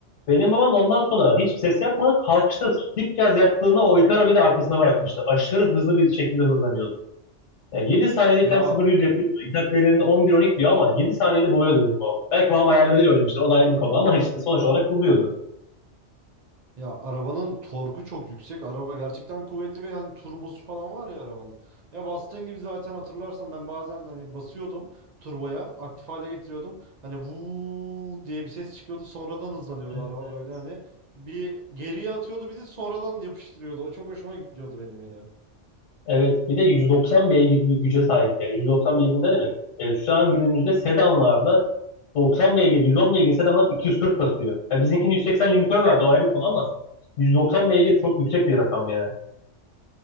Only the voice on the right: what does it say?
Ya
Ya arabanın torku çok yüksek. Araba gerçekten kuvvetli ve hani turbosu falan var ya arabanın. Ya bastığın gibi zaten hatırlarsan ben bazen hani basıyordum turboya, aktif hale getiriyordum. Hani vuu diye bir ses çıkıyordu. Sonradan hızlanıyordu
araba
böyle hani. Bir geriye atıyordu bizi sonradan yapıştırıyordu. O çok hoşuma gidiyordu benim ya.